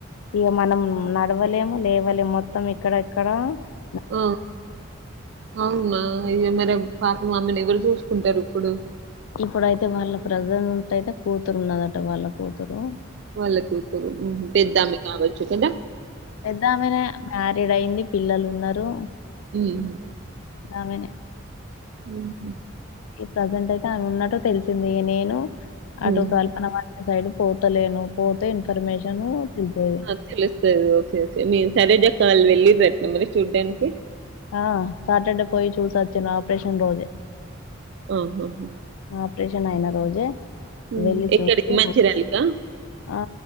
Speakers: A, on the left; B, on the right.
A: ఇక మనం నడవలేము లేవలేము మొత్తం ఇక్కడ ఇక్కడ లే
B: ఆ అవునా అయ్యో మరి అ పాపం అమెనీ ఎవ వరు చూసుకుంటారు ఇప్పుడు
A: ఇప్పుడైతే వాళ్ళ ప్రజెంట్ అయితే కూతురు ఉన్నదట వాళ్ళ కూతురు
B: వాళ్ళ కూతురు ఉహు పెద్దమే కావచ్చు కదా
A: పెద్దామేనే మ్యారీడ్ అయింది పిల్లలు ఉన్నారు
B: ఉహూ
A: పెద్ద ఆమెనే
B: ఉహూ
A: ఈ ప్రజెంట్ అయితే ఆయన ఉన్నట్టు తెలిసింది నేను
B: హ్మ్.
A: అటు కల్పన వల్ సైడ్ పోతలేను పోతే ఇన్ఫర్మేషన్ తెలిసేది
B: హా తెలుస్తది ఓకే ఓకే మీ శైలజక్క వాళ్ళు వెళ్ళి రత్న మరి చూడ్డానికి
A: ఆ సాటర్డే పోయి చూసొచ్చను ఆపరేషన్ రోజే
B: ఆహాహా
A: ఆపరేషన్ అయిన రోజే
B: హ్మ్.
A: వెళ్ళి
B: ఎక్కడికి
A: చూసి
B: మంచిర్యాలకా?
A: ఆ